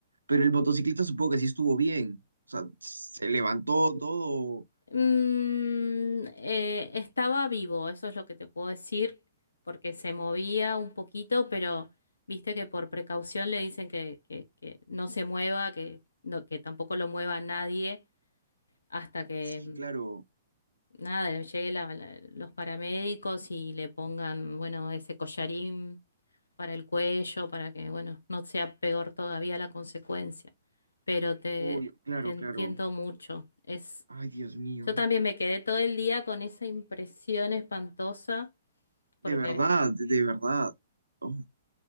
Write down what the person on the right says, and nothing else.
Pero el motociclista supongo que sí estuvo bien. O sea, se levantó todo.
Sí, claro.
Oh, claro,
claro.
Ay, Dios mío.
De
verdad, de verdad. Oh.